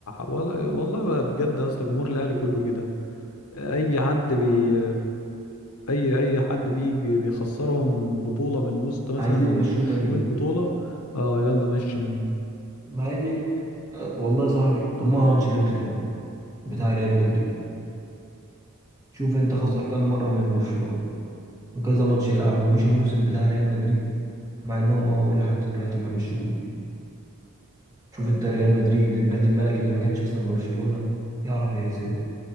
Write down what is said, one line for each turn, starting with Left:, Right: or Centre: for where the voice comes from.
Left: ولا- والله بقى بجد يا اسطى جمهور الأهلي كله كده اي حد بي اي اي حد بيجي بيخسرهم بطولة من وسط مثلا
Right: عايزين يمشوه تاني
Left: 600
Right: يوم
Left: بطولة اه يلا مشي من هنا
Right: مع ان أه، والله يا صاحبي طب ما هو انشيلوتي اهو بتاع ريال مدريد شوف انت
Left: مم.
Right: خسر كام مرة من برشلونة وكذا ماتش يلعبه ومش الموسم بتاع ريال مدريد مع انهم اهو لحد دلوقتي ما مشوش شوف انت ريال مدريد النادي الملكي اللي ما كانش اصلا برشلونة يعرف يهزمه